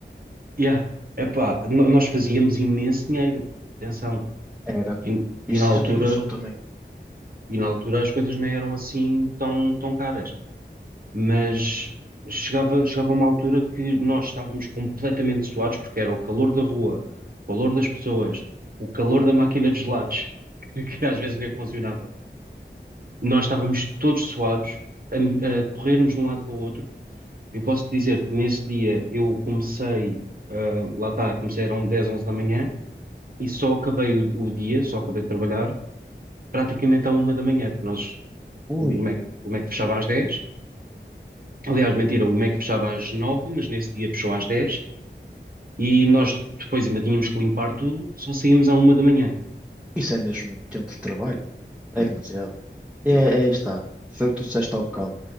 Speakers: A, on the right (about 50°); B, in the centre.
A: yeah, epá, no- nós fazíamos imenso dinheiro, atenção.
B: Era.
A: E,
B: Isso,
A: e na altura,
B: isso eu tenho noção também.
A: e na altura as coisas não eram assim tão, tão caras. Mas chegava, chegava uma altura que nós estávamos completamente suados, porque era o calor da rua, o calor das pessoas, o calor da máquina de gelados, <laughs> que às vezes nem funcionava. nós estávamos todos suados a, a corrermos de um lado para o outro. Eu posso dizer que nesse dia eu comecei, ah, lá está, comecei eram dez 11 da manhã e só acabei o, o dia, só acabei de trabalhar praticamente à uma da manhã, porque nós,
B: Ui,
A: o, o Mac, o Mac fechava às dez Aliás, mentira, o Mac fechava às nove mas nesse dia fechou às dez e nós depois ainda tínhamos que limpar tudo, só saímos à uma da manhã.
B: isso é mesmo muito tempo de trabalho. É
A: Yeah,
B: demasiado. É,
A: yeah.
B: é, aí está. Foi o que tu disseste há um bocado.